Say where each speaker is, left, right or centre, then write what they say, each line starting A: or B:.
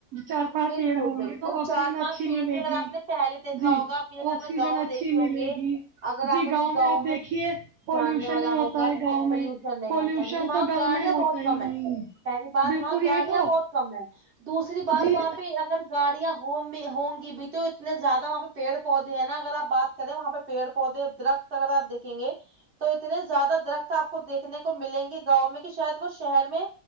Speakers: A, on the right; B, on the right.
A: چار پانچ
B: بالکل
A: پیڑ ہوں
B: بالکل
A: گے تو آکسیجن
B: چار پانچ
A: اچھی
B: پیڑ
A: ملے
B: بھی اگر
A: گی
B: آپ نے پہلے دیکھا
A: جی
B: ہوگا جیسے
A: آکسیجن
B: اپنے گاؤں
A: اچھی
B: دیکھے
A: ملے
B: ہوں گے
A: گی
B: اگر
A: جی
B: آپ کو کوئی گاؤں
A: آپ دیکھیے
B: میں
A: پالوشن
B: جاننے والا
A: نہیں ہوتا
B: ہوگا
A: ہے
B: تو
A: گاؤں
B: پولوشن
A: میں
B: نہیں
A: پالوشن
B: ہوتا وہاں
A: تو گاؤں
B: گاڑیاں
A: میں ہوتا
B: بہت کم
A: ہی
B: ہے
A: نہیں
B: پہلی بات
A: بالکل
B: وہاں گاڑیاں
A: یہی تو
B: بہت کم ہے دوسری بات
A: جی
B: وہاں پہ اگر گاڑیاں ہوں ہوں گی بھی تو اتنے زیادہ وہاں پہ پیڑ پودے ہیں نا اگر آپ بات کرے وہاں پہ پیڑ پودے درخت اگر آپ دیکھے گے تو اتنے زیادہ درخت آپ کو دیکھنے کو ملیں گے گاؤں میں کہ شاید وہ شہر میں